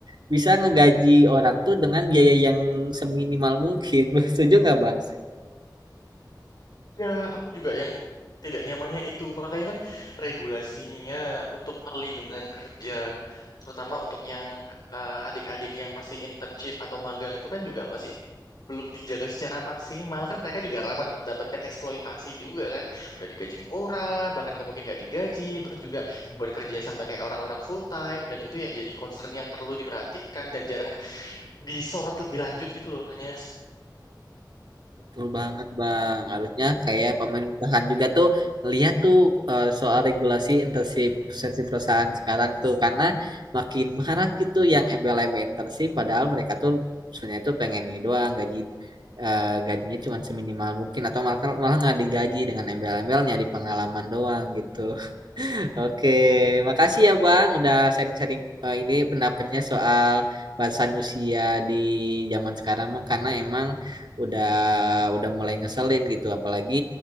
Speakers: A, on the right; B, on the left.
A: bisa ngegaji orang tuh dengan biaya yang seminimal mungkin. <laughs> Setuju nggak, Bang?
B: Ya, aku juga yang tidak nyamannya itu. Makanya kan regulasinya untuk perlindungan kerja, terutama untuk yang eh, adik-adik yang masih internship atau magang itu kan juga masih belum dijaga secara maksimal. Kan mereka juga rawan untuk mendapatkan eksploitasi juga kan. Udah digaji murah, bahkan nggak mungkin nggak digaji, terus juga beban kerja sama kayak orang-orang full time, dan itu ya jadi concern yang perlu diperhatikan dan jarang disorot lebih lanjut gitu loh. Hanya
A: Betul banget Bang. Harusnya kayak pemerintahan juga tuh ngeliat tuh eh, soal regulasi internship internship perusahaan sekarang tuh karena makin marak gitu yang embel-embel internship padahal mereka tuh sebenarnya tuh pengen ini doang gaji eh, gajinya cuma seminimal mungkin atau malah malah nggak digaji dengan embel-embelnya di pengalaman doang gitu. Oke, makasih ya Bang udah sharing-sharing eh, ini pendapatnya soal bahasa Nusia di zaman sekarang Bang karena emang udah udah mulai ngeselin gitu apalagi